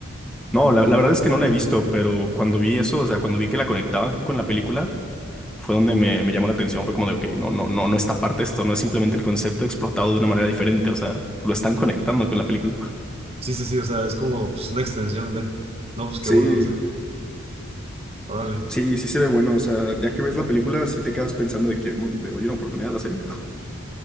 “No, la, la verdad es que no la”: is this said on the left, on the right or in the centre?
Centre